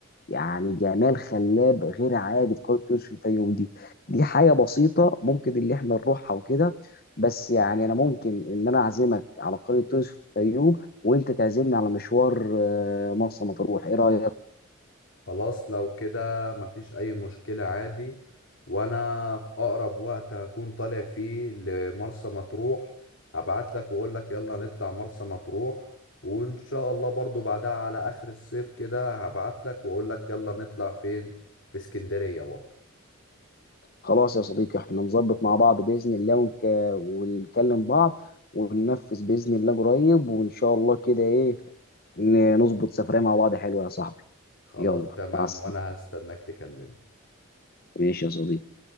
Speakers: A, on the left; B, on the left.
A: يعني جمال خلاب غير عادي في قريه تونس في الفيوم دي دي حاجه بسيطه ممكن اللي احنا نروحها وكده بس يعني انا ممكن ان انا اعزمك على قريه تونس في الفيوم وانت تعزمني على مشوار آه، مرسى مطروح ايه رايك
B: خلاص لو كده مفيش أي مشكلة عادي وأنا في أقرب وقت هكون طالع فيه لمرسى مطروح هبعتلك وأقولك يلا نطلع مرسى مطروح وإن شاء الله برضو بعدها على آخر الصيف كده هبعتلك وأقولك يلا نطلع فين في اسكندرية برضو
A: خلاص يا صديقي احنا نظبط مع بعض بإذن الله ونك... ونكلم بعض وننفذ بإذن الله قريب وإن شاء الله كده إيه ن- نظبط سفرية مع بعض حلوة يا صاحبي
B: خلاص
A: يلا
B: تمام
A: مع السلامة
B: وأنا هستناك تكلمني
A: ماشي يا صديقي